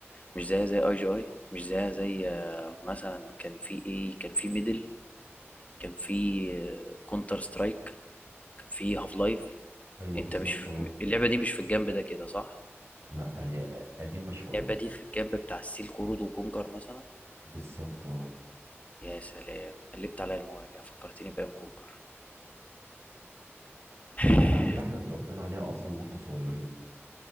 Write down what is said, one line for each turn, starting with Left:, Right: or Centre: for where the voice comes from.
Left: مش زيها زي اي جي اي مش زيها زي آه، مثلا كان في ايه كان في ميدل كان في آه، كونتر سترايك كان في هاف لايف
Right: ايوه
Left: انت
Right: بالظبط
Left: مش في-
Right: اه
Left: اللعبه دي مش في الجنب ده كده صح
Right: لا هي قديمة شوية
Left: اللعبه دي في الجنب بتاع السيل قرود وكونكر مثلا
Right: بالظبط اه
Left: يا سلام قلبت عليا المواجع فكرتني بايام كونكر <laughs>
Right: دي الالعاب اللي احنا اتربينا عليها اصلا واحنا صغيرين